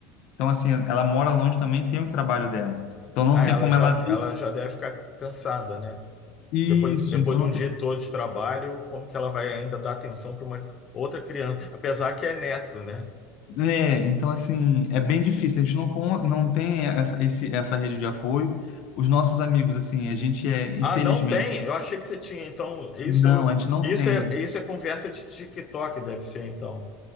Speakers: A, on the left (about 60°); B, on the left (about 35°).
A: Então, assim, ela mora longe também, tem o trabalho dela. Então não
B: Ah,
A: tem
B: ela
A: como
B: já,
A: ela vir
B: ela já deve ficar cansada, né?
A: isso,
B: Depois, depois
A: então
B: de
A: não
B: um
A: tem.
B: dia todo de trabalho, como que ela vai ainda dar atenção para uma outra criança? Apesar que é neto, né?
A: É, então assim, é bem difícil. A gente não, con- não tem essa, esse, essa rede de apoio. Os nossos amigos, assim, a gente é, infelizmente,
B: Ah, não tem? Eu achei que você tinha. Então, isso,
A: não, a gente não
B: isso
A: tem.
B: é, isso é conversa de TikTok, deve ser, então.